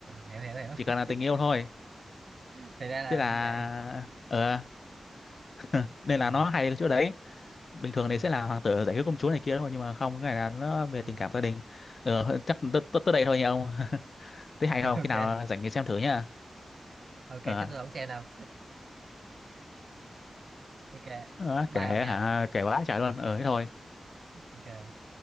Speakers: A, on the right; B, on the left.
A: hiểu hiểu hiểu
B: chỉ cần là tình yêu thôi
A: <laughs> thì ra là
B: thế là
A: như vậy
B: ờ <laughs> nên
A: ừ.
B: là nó hay ở chỗ đấy bình thường
A: Ừ.
B: thì sẽ là hoàng tử giải cứu công chúa này kia đúng nhưng mà không cái này là nó về
A: Ừ.
B: tình cảm gia đình ờ, chắc tới tới tới đây thôi nha ông <laughs> thấy
A: ok
B: hay không
A: ok
B: khi nào rảnh thì xem thử nha
A: ok
B: ờ,
A: chắc tôi không xem đâu ok
B: đó,
A: bye
B: kể hả
A: ông nha
B: kể quá trời luôn ờ thế thôi
A: ok